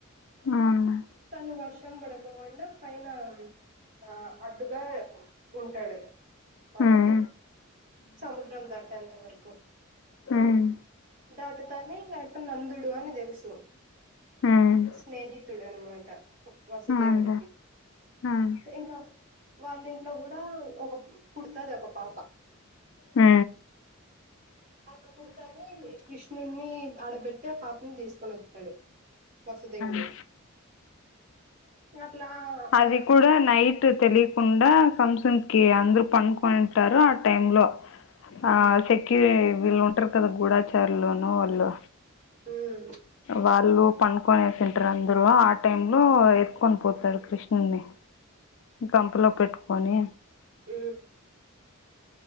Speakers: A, on the left; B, on the right.
A: అవునులే.
B: తను వర్షం పడకోకుండా పైన ఆ అడ్డుగా ఉ నాడు వాలకి
A: హ్మ్.
B: సముద్రం దాటే అంతవరకు
A: ఉమ్
B: దాటుతానే ఇంకా అప్ప నందుడు అని తెలుసు
A: హ్మ్. హ్మ్.
B: స్నేహి తుడన్ అన్నమాట వసుదేవుడికి
A: అవునులే. హ్మ్.
B: ఇంకా వాళ్ళ ఇంట్లో కూడా ఒక పుడుతది ఒక పాప
A: ఆ
B: అలా పుడతానే కృష్ణుడిని ఆడబెట్టి ఆ పాపని తీసుకొని వస్తాడు వసుదేవుడు
A: ఆ!
B: అట్లా
A: అది
B: ఆ
A: కూడా నైట్ తెలియకుండా కంసన్ కి
B: ఉమ్
A: అందరు పనుకొని ఉంటారు ఆ టైము లో
B: ఉమ్
A: ఆ సెక్యూ వీళ్ళు ఉంటారు కదా గూడాచారులు నో వాళ్ళు
B: ఉమ్
A: వాళ్ళు పనుకొనేసింటారు అందరు ఆ టైమ్ లో ఎత్తుకొని పోతాడు కృష్ణని గంపులో పెట్టుకొని
B: ఆ